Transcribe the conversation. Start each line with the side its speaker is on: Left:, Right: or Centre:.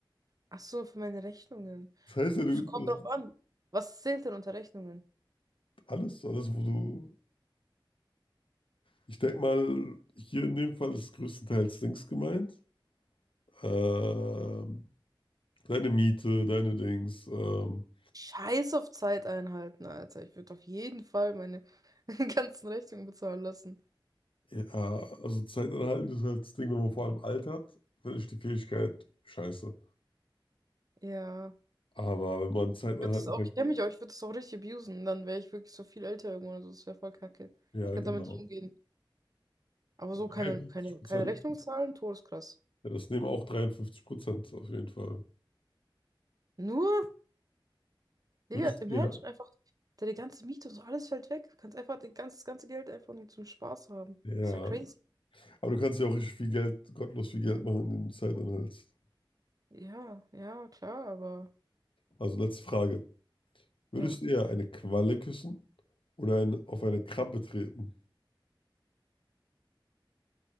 Right: Ach so, für meine Rechnungen.
Left: Das heißt,
Right: Es
Left: ja, du, das
Right: Kommt drauf an. Was zählt denn unter Rechnungen?
Left: alles, alles, wo du. Ich denke mal, hier in dem Fall ist größtenteils Dings gemeint. Ähm, deine Miete, deine Dings. Ähm,
Right: Scheiß auf Zeit einhalten, Alter. Ich würde auf jeden Fall meine <laughs> ganzen Rechnungen bezahlen lassen.
Left: Ja, also Zeit anhalten ist halt das Ding, wenn man vor allem altert, finde ich die Fähigkeit scheiße.
Right: Ja. Ich
Left: Aber wenn man Zeit anhalten
Right: würde das auch,
Left: kann,
Right: ich kenne mich auch, ich würde das auch richtig abusen. Dann wäre ich wirklich so viel älter irgendwann. Also das wäre voll kacke.
Left: ja,
Right: Ich könnte
Left: genau.
Right: damit nicht umgehen. Aber so
Left: 53
Right: keine, keine,
Left: Prozent.
Right: keine Rechnung zahlen, todeskrass.
Left: Ja, das nehmen auch 53 Prozent auf jeden Fall.
Right: Nur? Digga,
Left: Würdest
Right: imagine
Left: du, ja,
Right: einfach, deine ganze Miete und so, alles fällt weg. Du kannst einfach den ganz, das ganze Geld einfach nur zum Spaß haben.
Left: ja.
Right: Ist ja crazy.
Left: Aber du kannst ja auch richtig viel Geld, gottlos viel Geld machen, indem du Zeit anhältst.
Right: Ja, ja, klar, aber
Left: Also letzte Frage. Würdest
Right: ja.
Left: du eher eine Qualle küssen oder ein, auf eine Krabbe treten?